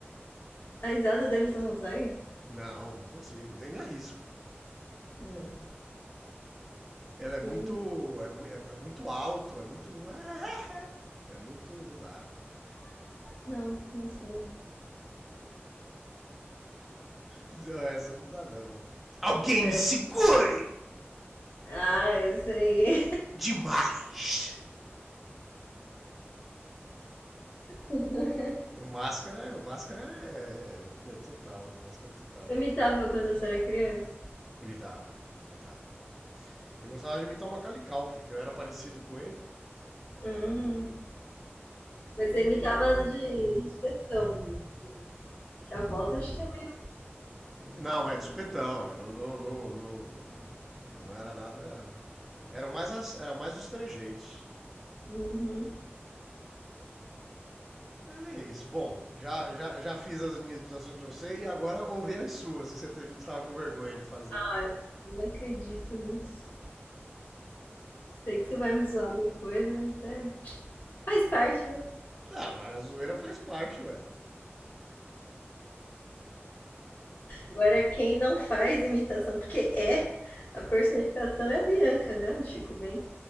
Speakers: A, on the left; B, in the centre.
A: A risada deles não consegue?
B: Não, não consigo, nem me arrisco.
A: Hum.
B: Ela é muito.
A: E.
B: É, mu- é, é muito alto, é muito. É é muito. Não dá.
A: Não, não sabe.
B: Não, essa não dá, não. Alguém
A: É.
B: me segure!
A: Ah, isso aí.
B: Demais!
A: <laughs>
B: O Máscara, o Máscara é, é total, o Máscara é total.
A: Eu imitava quando eu era criança.
B: Imitava, imitava. Eu gostava de imitar o Macaulay Culkin, que eu era parecido com ele.
A: Hum. Mas você imitava de expressão, gente. Que a voz acho que é meio.
B: Não, é de supetão, é no, no, no- no- não era nada... Eram mais, as- eram mais os trejeitos.
A: Uhum.
B: Mas é isso. Bom, já, já, já fiz as minhas imitações pra você e agora ouvi as suas, que você teve, estava com vergonha de fazer.
A: Ai, eu não acredito nisso. Sei que você vai me zoar depois, mas é. Faz parte, né?
B: Tá, mas a zoeira faz parte, ué.
A: Agora, quem não faz imitação, porque é, a personificação é a Bianca, né? Do Chico Bento.